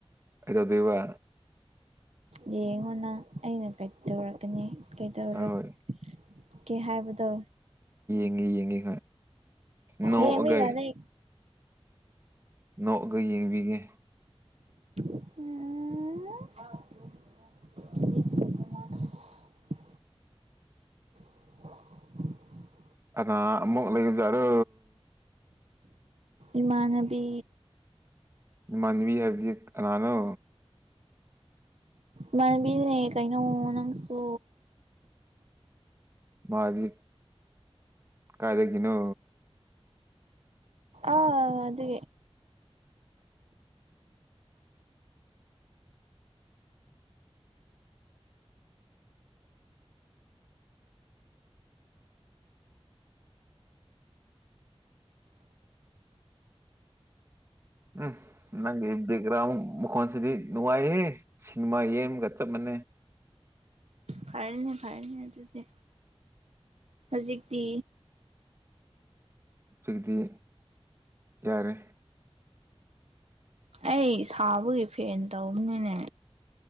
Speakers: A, on the right; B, on the right.
A: ꯀꯩꯗꯧꯗꯣꯏꯕ
B: ꯌꯦꯡꯉꯣ ꯅꯪ ꯑꯩꯅ ꯀꯩꯗꯧꯔꯛꯀꯅꯤ ꯀꯩꯗꯧꯔꯀꯦ
A: ꯍꯣꯏ ꯍꯣꯏ
B: ꯍꯥꯏꯕꯗꯣ
A: ꯌꯦꯉꯤ ꯌꯦꯡꯉꯤ ꯅꯒꯦ
B: ꯌꯦꯡꯕ ꯌꯥꯔꯦ
A: ꯅꯣꯛꯑꯒ ꯌꯦꯡꯕꯤꯉꯦ
B: ꯎ <unintelligible>
A: ꯑ ꯑꯃꯛ ꯂꯩꯖꯔ
B: ꯏꯃꯥꯟꯕꯤ
A: ꯃꯅꯕꯤ ꯍꯥꯏꯕꯗꯤ ꯑꯅꯅꯣ
B: ꯃꯔꯃꯤꯅꯦ ꯀꯩꯅꯣ ꯅꯪꯁꯨ
A: ꯃꯥꯒꯤ ꯀꯥꯏꯗꯗꯒꯤꯅꯣ
B: ꯑꯥ ꯑꯗꯨ
A: ꯎꯝ ꯅꯪ ꯦꯛꯦꯛꯒ꯭ꯔꯥꯎꯟ ꯃꯈꯣꯟꯁꯤꯗꯤ ꯅꯅꯨꯡꯉꯥꯏꯦ ꯁꯤꯃꯥ ꯌꯦꯝꯒꯠꯇꯞ ꯃꯅꯤ ꯍ
B: ꯐꯔꯅꯦ ꯐꯔꯅꯦ ꯑꯗꯨꯗꯤ ꯍꯧꯖꯤꯛꯇꯤ
A: ꯁꯤꯗꯤ ꯌꯥꯔꯦ
B: ꯑꯩ ꯁꯥꯕꯒꯤ ꯐꯦꯟ ꯇꯧꯕꯅꯤꯅꯦ